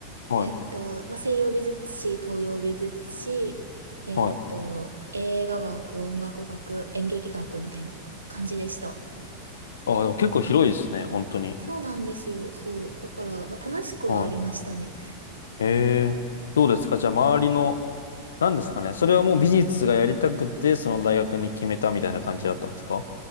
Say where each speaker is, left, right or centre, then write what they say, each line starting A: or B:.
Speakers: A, on the left; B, on the right.
A: う。
B: えっと、
A: はい。
B: まあ、西洋美術史、東洋美術史、えっと、
A: はい。
B: 映画学、音楽学、演劇学みたいな感じでした。
A: あ、でも結構広いですね。本当に。
B: そうなんですよ。そう。だから、まあ、楽しくはありましたね。
A: はい。ええー。どうですかじゃあ周りの、何ですかねそれはもう美術がやりたくて、その大学に決めたみたいな感じだったんですか